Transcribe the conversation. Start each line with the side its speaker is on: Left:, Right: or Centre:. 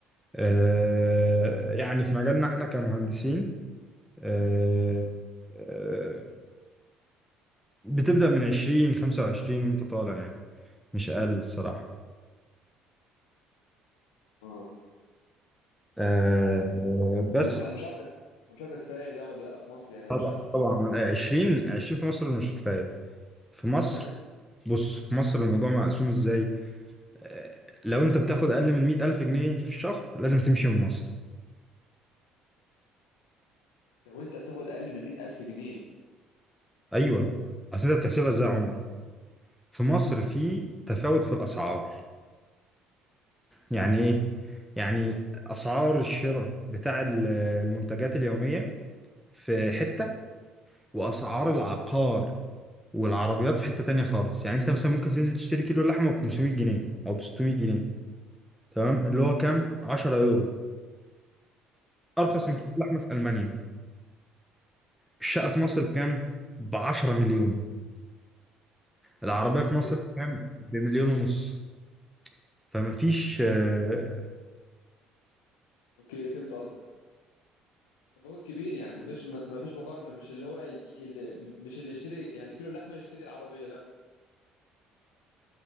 Centre: آه يعني في مجالنا احنا كمهندسين آه، آه، بتبدأ من 20 25 وانت طالع يعني مش اقل الصراحة
Left: اه
Centre: آه،
Left: مش عارف بقى.
Centre: بس
Left: م- انا مش عارف ده انا مش عارف ده كفايه ده ولا لا في مصر يعني انا
Centre: طبعا
Left: مش عارف
Centre: طبعا 20 20 في مصر مش كفاية في مصر
Left: كمان
Centre: بص في مصر الموضوع مقسوم ازاي آه، لو انت بتاخد اقل من 100 الف جنيه في الشهر لازم تمشي من مصر
Left: لو انت بتاخد اقل من 100000 جنيه
Centre: ايوه اصل انت بتحسبها ازاي يا عمر في مصر في تفاوت في الاسعار يعني ايه يعني اسعار الشراء بتاع ال- المنتجات اليومية في حتة واسعار العقار والعربيات في حتة تانية خالص يعني انت مثلا ممكن تنزل تشتري كيلو لحمة ب 500 جنيه او ب 600 جنيه تمام اللي هو كام 10 يورو ارخص
Left: تمام
Centre: من كيلو لحمة في المانيا الشقة في مصر بكام ب 10 مليون العربية في
Left: اوكي
Centre: مصر بكام بمليون ونص فما فيش آه،
Left: اوكي فهمت قصدك تفاوت كبير يعني مفيش مفيش مقارنه مش اللي هو ي- اللي مش اللي يشتري يعني كيلو لحمه يشتري العربيه لا